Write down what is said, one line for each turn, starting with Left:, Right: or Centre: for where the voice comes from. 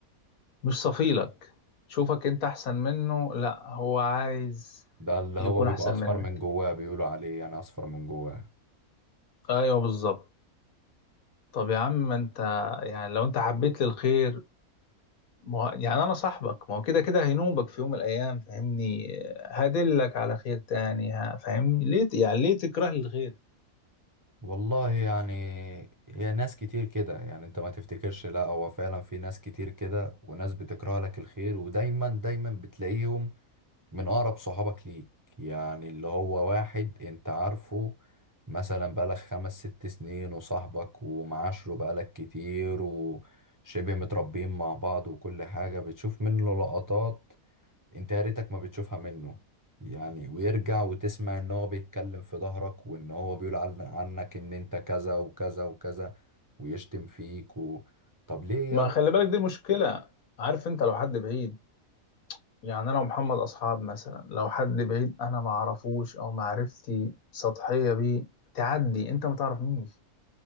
Left: مش صفيلك شوفك انت احسن منه لا هو عايز
Right: ده اللي
Left: يكون
Right: هو بيبقى
Left: احسن
Right: اصفر
Left: منك
Right: من جواه بيقولوا عليه يعني اصفر من جواه
Left: ايوه بالظبط طب يا عم ما انت يعني لو انت حبيت لي الخير ما هو يعني انا صاحبك ما هو كده كده هينوبك في يوم من الايام فاهمني هدلك على خير تاني ها فاهمني ليه ت- يعني ليه تكره لي الخير
Right: والله يعني هي ناس كتير كده يعني انت ما تفتكرش لا هو فعلا في ناس كتير كده وناس بتكره لك الخير ودايما دايما بتلاقيهم من أقرب صحابك ليك يعني اللي هو واحد أنت عارفه مثلا بقالك خمس ست سنين وصاحبك ومعاشره بقالك كتير وشبه متربيين مع بعض وكل حاجة بتشوف منه لقطات أنت يا ريتك ما بتشوفها منه يعني ويرجع وتسمع إن هو بيتكلم في ظهرك وإن هو بيقول عن- عنك إن أنت كذا وكذا وكذا ويشتم فيك و... طب ليه
Left: ما
Right: يا ابني؟
Left: خلي بالك دي المشكلة عارف انت لو حد بعيد يعني انا ومحمد اصحاب مثلا لو حد بعيد انا ما اعرفوش او معرفتي سطحية بيه تعدي انت ما تعرفنيش